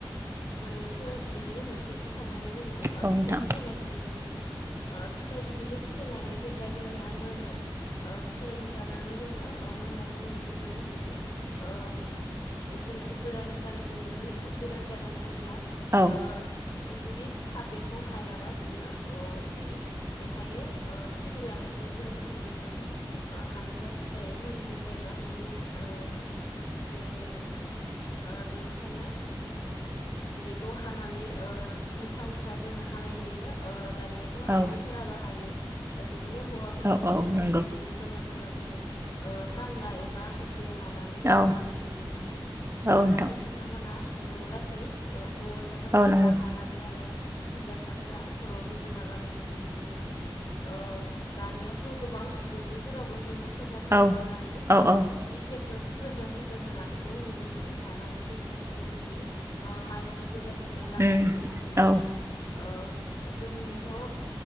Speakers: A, on the left; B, on the right.
A: मोनैसो बिदिनो मोनसेसो थानानै जोङो ओ
B: औ नोंथां
A: फिथाइ खिलिनायखौ नुनो मोनो ओ फिथाइ बिदिनो खिलिनानै जेब्ला जोंनिया मोनो ओ फिथाइ ओंखारनानै जोङो मोननायखौ नुनो मोनो बिदि ओ जोङो गोरान जानायखौ नुनो मोनो गोरान जालाङो अब्ला
B: औ
A: ओ जुदि थाब बेखौ हायाबा बियो ओ सिरि बेहायनो ओ सिरिलांनायखो खौ जोङो नुनो मोनो ओ हानो गाज्रि जायो मोनज्रिद्रायबा बिदि ओ होननाय जायो नोंथां ओ बिनिखायनो बेखौ हानानै ओ मुथा-मुथा जोङो हानाय जायो ओ ‌ दानियाथ'
B: औ
A: आइजोफोराबो हायो बिदिनो हौवाफोराबो
B: औ औ
A: हिनजावफोर
B: नंगौ
A: बिदिनो जमा जमा जोङो खामला एबा हाजिर लानानै जोङो
B: औ
A: हानायखौ नुनो मोनो
B: औ
A: हानानै
B: नोंथां
A: बिथांमोना न' लासै हौवासाफोरा
B: औ नंगौ
A: बानना लाबो आरो हिन्जाव फिसाफोरा खर'आव रुजुना लाबनायखौ जों नुनो मोनो। ओ दानियाथ' गोबां दुब्लिफोरावबो जोङो फोथारफोराव
B: औ
A: दोननानै
B: औ औ
A: बिदि ट्रेक्टरजों जोङो नानायखौ नुनो मोनो जों खेबसेनो बिदि ओ माइखौ गोजा जोङो लाबोनखौ
B: उम
A: नुनो मोनो
B: औ
A: ओ जोंथ'ओ